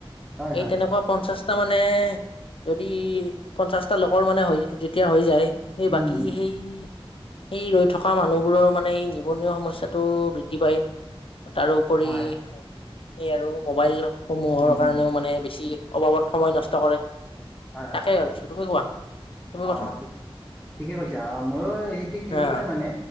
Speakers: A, in the centre; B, on the left.
A: হয়, হয়,
B: এই তেনেকুৱা পঞ্চাছটা মানে যদি পঞ্চাছটা লকৰ মানে হৈ যেতিয়া হৈ যায় সেই
A: উম,
B: বাকী
A: উম,
B: সেই সেই ৰৈ থকা মানুহবোৰৰো মানে এই নিবনুৱা সমস্যাটো বৃদ্ধি পায়। তাৰোপৰি
A: হয়,
B: সেই আৰু মোবাইল সমূহৰ
A: উম,
B: কাৰণেও
A: উম,
B: মানে বেছি অবাবত সময় নষ্ট কৰে।
A: হয়, হয়,
B: তাকেই
A: হয়,
B: ভাবিছোঁ। তুমি কোৱা। তুমি
A: অ'
B: কোৱাচোন
A: ঠিক ঠিকে কৈছা। অ' মোৰো সেই ঠিক তেনেকুৱাই
B: হা
A: মানে।